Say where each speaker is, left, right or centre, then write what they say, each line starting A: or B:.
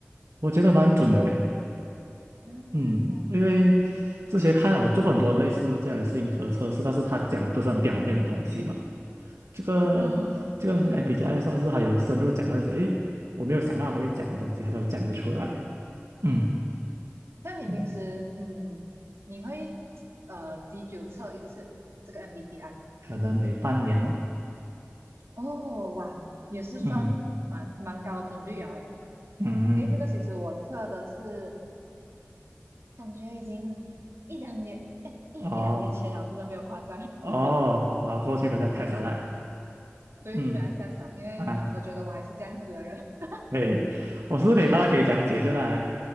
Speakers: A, on the right (about 85°); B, on the right (about 65°).
A: 我觉得蛮准的嘞。
B: 嗯
A: 嗯，因为之前看我做过很多类似这样的性格测试，但是他讲的都是很表面的东西嘛。这个这个
B: 嗯，
A: MBTI 算是还有深入讲到一些，诶，我没有想到还会讲的东西，他都讲得出来。嗯
B: 像你平时嗯，
A: 嗯，
B: 你会呃几久测一次这个 MBTI？
A: 可能每半年哦。
B: 哦，哇，也是算蛮蛮高的频率啊，
A: 嗯
B: 诶，
A: 嗯。
B: 因为这个其实我测的是
A: 嗯
B: 感觉已经一两年，诶，一一两年前了，
A: 哦
B: 真的没有夸张。
A: 哦，
B: <laughs>
A: 然后过去把它 e
B: 嗯，
A: 下来。
B: 所以就没有再想，
A: 嗯
B: 因为我觉得我还是这样子的人。
A: 啊，
B: <laughs>
A: 对，我是不是可以大概可以讲解一下啦